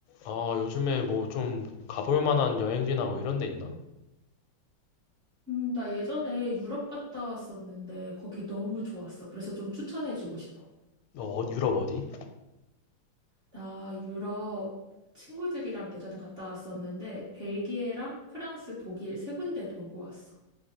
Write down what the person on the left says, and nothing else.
아, 요즘에 뭐 좀 가볼 만한 여행지나 뭐 이런 데 있나?
어, 어, 유럽 어디?